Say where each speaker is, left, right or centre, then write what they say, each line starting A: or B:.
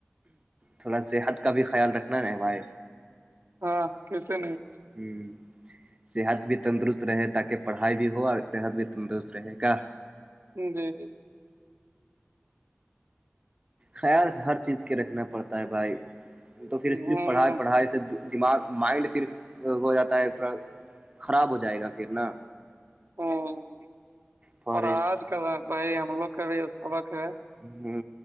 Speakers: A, on the right; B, on the right.
A: تھوڑا صحت کا بھی خیال رکھنا ہے بھائی
B: ہاں کیسے نہیں
A: <unintelligible> صحت بھی تندرست رہے تاکہ پڑھائی بھی ہو اور صحت بھی تندرست رہے گا
B: جی جی
A: خیال ہر چیز کے رکھنا پڑتا ہے بھائی تو پھر
B: ہوں
A: صرف پڑھائی پڑھائی سے دماغ مائنڈ پھر ہو جاتا ہے پورا خراب ہو جائے گا پھر نا
B: ہوں
A: فارسٹ
B: اور آج بھائی ہم لوگ کا بھی سبق ہے
A: <inaudible>